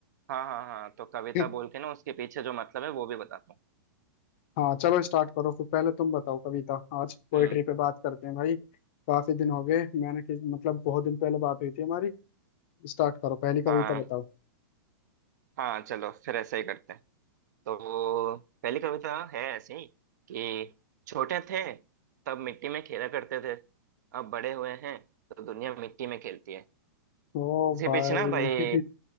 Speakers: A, on the right; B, on the left.
A: हाँ हाँ हाँ तो कविता
B: <laughs>
A: बोल के ना उसके पीछे जो मतलब है वो भी बताता हूँ
B: हाँ चलो स्टार्ट करो फिर पहले तुम बताओ कविता आज पोइट्री
A: हम्म
B: पे बात करते हैं भाई काफी दिन हो गए मैंने कि मतलब बहुत दिन पहले बात हुई थी हमारी स्टार्ट करो पहली
A: हाँ
B: कविता बताओ
A: हाँ चलो फिर ऐसा ही करते हैं तो पहली कविता है ऐसी कि छोटे थे तब मिट्टी में खेला करते थे अब बड़े हुए हैं तो दुनिया मिट्टी में खेलती है
B: ओ
A: इसके
B: भाई
A: पीछे ना भाई
B: <laughs>